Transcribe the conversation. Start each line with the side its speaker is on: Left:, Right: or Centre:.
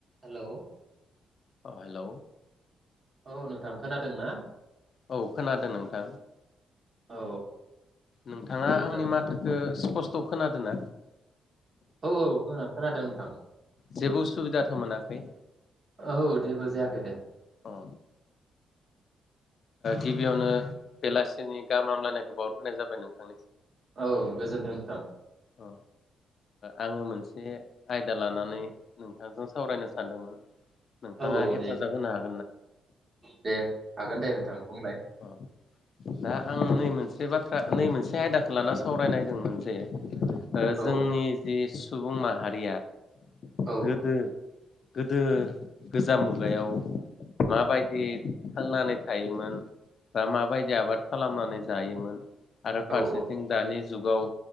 Right: हेल'
Left: hello
Right: औ नोंथां खोनादों ना?
Left: औ खोनादों नोंथां।
Right: औ
Left: नोंथाङा
Right: गोजोन
Left: आंनि माथोखो ओ स्पस्त खोनादो ना?
Right: औ औ खोना खोनादो नोंथां।
Left: जेबो उसुबिदाथ मोनाखै
Right: औ जेबो जायाखै दे
Left: अ ओ गिबियावनो बेलासिनि गाहाम हामलायनायखौ बावहरग्रोनाय जाबाय नोंथां
Right: औ गोजोन्थों नोंथां।
Left: ओ आङो मोनसे आयदा लानानै नोंथांजों सावरायनो सानदोंमोन नोंथाङा
Right: औ औ
Left: हेफाजाब
Right: दे
Left: होनो हाग
Right: दे हागोन दे नोंथां बुंलाय
Left: अ दा आं नै मोनसे बाथ्रा नै मोनसे आयदाखौ लाना सावरायनायदोंमोन जे ओ जोंनि
Right: औ
Left: जिस सुबुं माहारिया
Right: औ
Left: गोदो गोदो गोजाम मुगायाव माबायदि थांनानै थायोमोन बा माबायदि दि आबाद खालामनानै जायोमोन आरो
Right: औ
Left: फारसेथिं दानि जु जुगाव